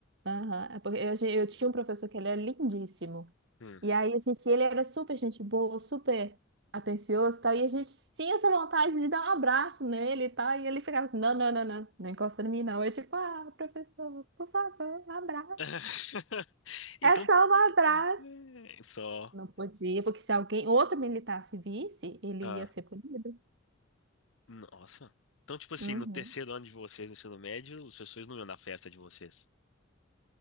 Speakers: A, on the right; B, on the left.
A: Aham, é porque eu, eu tinha um professor que ele era lindíssimo.
B: Hum.
A: E aí, a gente, ele era super gente boa, super atencioso e tal. E a gente tinha essa vontade de dar um abraço nele e tal. E ele ficava assim, não, não, não, não, não encosta em mim, não. Eu tipo, ah, professor, por favor, um abraço.
B: <laughs> Então,
A: É só um abraço.
B: é, só.
A: Não podia, porque se alguém, outro militar se visse, ele
B: Ah,
A: ia ser punido.
B: nossa. Então, tipo assim,
A: Uhum.
B: no terceiro ano de vocês, no ensino médio, os professores não iam na festa de vocês.